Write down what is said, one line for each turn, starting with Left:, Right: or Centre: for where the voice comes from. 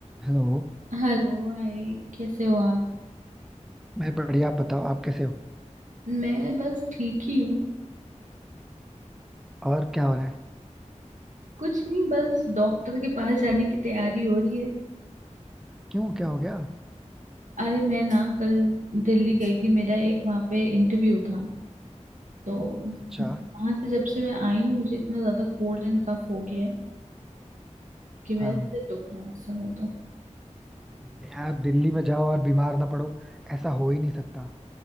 Centre: Hello
Right: Hello hi कैसे हो आप
Centre: मैं बढ़िया आप बताओ आप कैसे हो
Right: मैं बस ठीक ही हूँ
Centre: और क्या हो रहा है
Right: कुछ नहीं बस डॉक्टर के पास जाने की तैयारी हो रही है
Centre: क्यों क्या हो गया
Right: अरे मैं ना कल दिल्ली गई थी मेरा एक वहाँ पे इंटरव्यू था तो
Centre: अच्छा
Right: वहाँ से जब से मैं आई हूँ मुझे इतना ज्यादा कोल्ड एंड कफ हो गया है कि मेरा
Centre: हाँ
Right: सिर दुख रहा है इस समय तो
Centre: यार दिल्ली में जाओ और बीमार ना पड़ो ऐसा हो ही नहीं सकता